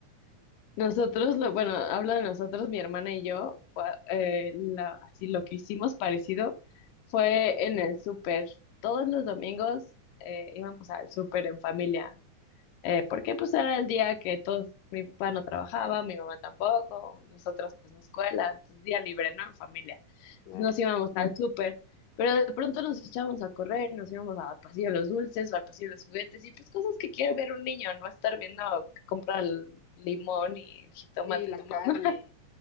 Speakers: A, on the left; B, on the left.
A: Nosotros, lo, bueno, hablo de nosotros, mi hermana y yo, cua- eh, la- así lo que hicimos parecido fue en el súper. Todos los domingos eh, íbamos al súper en familia. Eh, porque pues era el día que todos, mi papá no trabajaba, mi mamá tampoco, nosotros pues no escuela, entonces día libre, ¿no? En familia.
B: claro.
A: Entonces nos íbamos al súper, pero de pronto nos echábamos a correr, nos íbamos a- al pasillo de los dulces o al pasillo de los juguetes y pues cosas que quiere ver un niño, no estar viendo que compra el limón y el jitomate
B: Sí, la
A: tu mamá.
B: carne,